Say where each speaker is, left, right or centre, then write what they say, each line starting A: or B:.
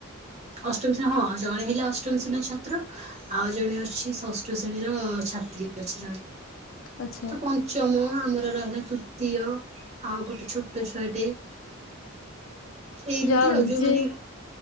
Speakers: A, on the right; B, on the left.
A: ଅଷ୍ଟମ ଶ୍ରେଣୀ ହଁ ଜଣେ ହେଲା ଅଷ୍ଟମ ଶ୍ରେଣୀର ଛାତ୍ର ଆଉ ଜଣେ ଅଛି ଷଷ୍ଠ ଶ୍ରେଣୀର ଛାତ୍ରୀ ଅଛି। ଜଣେ
B: ଆଚ୍ଛା।
A: ତ ପଞ୍ଚମ ଆମର ରହିଲା ତୃତୀୟ ଆଉ ଗୋଟେ ଛୋ ଛୋଟ ଛୁଆଟେ ଏମତି
B: ଯାଉ
A: ଆଉ
B: ନିଜେ
A: ଯୋଉମାନେ